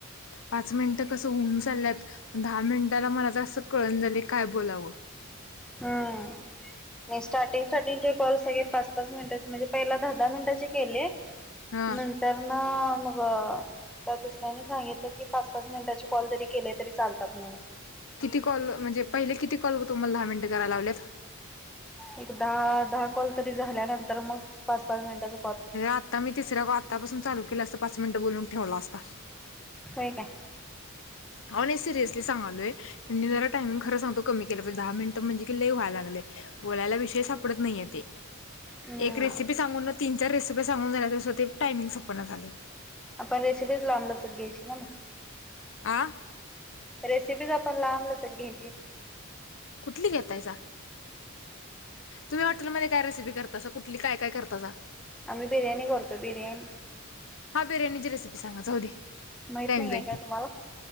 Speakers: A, on the left (about 65°); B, in the centre.
A: पाच मिनिट कस होऊन चालल्यात दहा मिनिटाला मला तर असं कळन झालं काय बोलावं
B: हम् नाही स्टार्टिंग स्टार्टिंगचे कॉल सगळे पाच पाच मिनिटाचे म्हणजे पहिला दहा दहा मिनिटाचे केलेय
A: हा
B: नंतर न मग व त्या दुसऱ्यांनी सांगितलं की पाच पाच मिनिटाचे कॉल जरी केले तरी चालतात म्हणून
A: किती कॉल म्हणजे पहिले किती कॉल तुम्हाला दहा मिनटं करायला लावले
B: एक दहा दहा कॉल तरी झाल्यानंतर मग पाच पाच मिनिटाच
A: आता मी तिसऱ ग आत्तापासून चालू केला असता पाच मिनिटं बोलून ठेवला असता
B: होय काय
A: ह नाही सिरियसली सगालोय त्यां जरा टामिंग खं सांगतो कमी केलं पाहिजे दहा मिनट म्हणजे कि ली व्हाय लागलंय बोलायला विषय सापडत नाहीये ते
B: हम्म
A: एक रेसिपी सांगून ना तीन चार रेसिपी सांगून ते टामिंग संपना झालय
B: आपण रेसिपी लांबलचकाघ्यायची ना मग
A: आ
B: रेसिपीच आपण लांबलचग घ्यायची
A: कुठली घेतायसा तुम्ही हॉटेलमध्ये काय रेसिपी करतासा कुठली काय काय करता सा
B: आम्ही बिरयाणी करतो बिर्याणी
A: हा बिर्याणीची रेसिपी सांगा जाऊदे
B: माहित नाहीये काय तुम्हाला